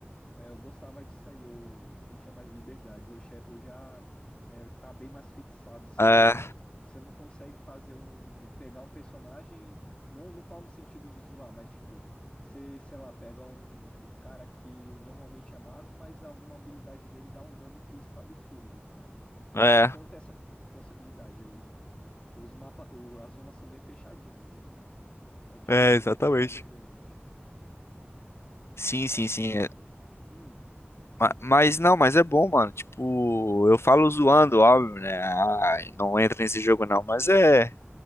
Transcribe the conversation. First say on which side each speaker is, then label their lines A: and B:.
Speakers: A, on the left (about 25°); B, on the left (about 80°).
A: é, eu gostava disso aí, eu sentia mais liberdade. Hoje, é- hoje a, é, tá bem mais fixado. Você,
B: É,
A: você não consegue fazer um, um- pegar um personagem. Não, não falo no sentido de zoar, mas tipo, você, sei lá, pega um, um cara que normalmente é mago, mas alguma habilidade dele dá um dano físico absurdo. Então,
B: é,
A: você não tem essa possibilidade. Eu, Os mapas, as zonas são meio fechadinhas, então né, é difícil
B: é, exatamente.
A: fazer algo diferente.
B: Sim,
A: Mas, cara,
B: sim, sim. é.
A: hum.
B: Ma- Mas não, mas é bom, mano. Tipo, eu falo zoando, óbvio, né? Ai, não entra nesse jogo não, mas é.